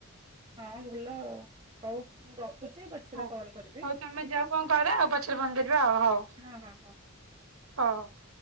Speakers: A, on the right (about 25°); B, on the right (about 80°).
A: ହଁ! ଭଲ ଆଉ। ହଉ ମୁଁ ରଖୁଚି, ପଛ୍ରେ
B: ହଉ।
A: କଲ୍ କରିବି।
B: ହଉ ତମେ ଯାଅ କ'ଣ କର, ପଛରେ ଫୋନ୍ କରିବା ଆଉ ହଉ।
A: ହଁ ହଁ ହଁ!
B: <inaudible>